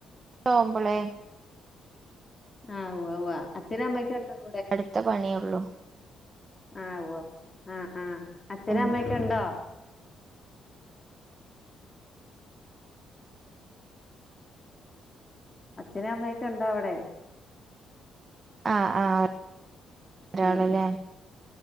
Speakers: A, on the right (about 35°); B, on the left (about 25°).
A: ഓവുമ്പളേ
B: ആഹ് വ്വാ വ്വാ അച്ഛനും അമ്മക്കെ ണ്ടോ
A: അടുത്ത പണിയുള്ളൂ
B: ആവോ ആ ഹ് ആഹ് അച്ച
A: ഉം
B: നും അമ്മക്കെ ഇണ്ടോ അച്ഛനും അമ്മയൊക്കെ ഇണ്ട അവിടെ
A: ആഹ് ആഹ് ഒ ഒരാള്ല്ലേ
B: ഉം ഉം